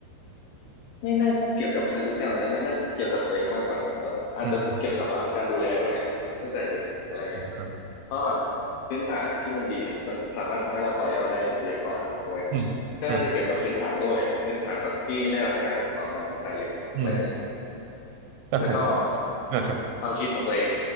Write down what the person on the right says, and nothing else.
อืมครับ
อืมอ่า
อืมแต่ผม
อ่าครับ